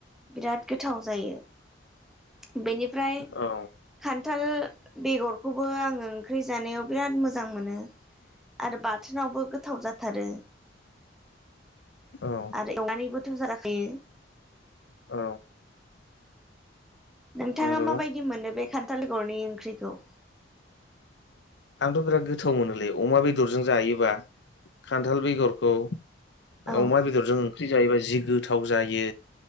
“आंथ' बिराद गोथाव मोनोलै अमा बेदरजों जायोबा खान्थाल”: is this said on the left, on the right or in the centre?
Left